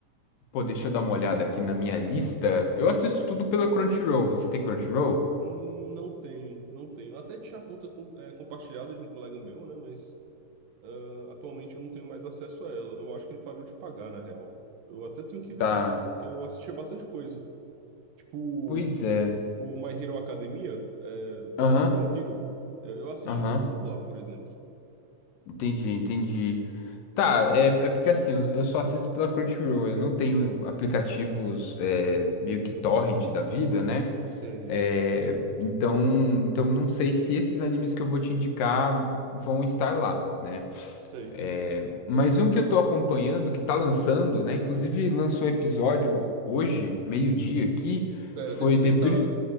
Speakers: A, on the left; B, on the right.
A: Pô, deixa eu dar uma olhada aqui na minha lista. Eu assisto tudo pela Crunchyroll. Você tem Crunchyroll?
B: Hum, Não tenho, não tenho. Até tinha a conta com- é, compartilhada de um colega meu, né, mas... Ah, atualmente eu não tenho mais acesso a ela. Eu acho que ele parou de pagar, na real. Eu até tenho que ver
A: Tá.
B: isso, porque eu assisti bastante coisa. Tipo,
A: Pois é.
B: o My Hero Academia, é, Bo-
A: Aham,
B: Boku no Hero, é, eu assisti
A: aham.
B: todo por lá, por exemplo.
A: Entendi, entendi. Tá, é, é porque assim, eu eu só assisto pela Crunchyroll, eu não tenho aplicativos é, meio que torrent da vida, né?
B: Sei,
A: É, então, então não sei se esses animes que eu vou te indicar vão estar lá, né?
B: sei.
A: É, mas um que eu tô acompanhando, que tá lançando, né? Inclusive lançou episódio hoje, meio-dia aqui,
B: Pera,
A: foi
B: deixa eu
A: The
B: tentar.
A: Bri-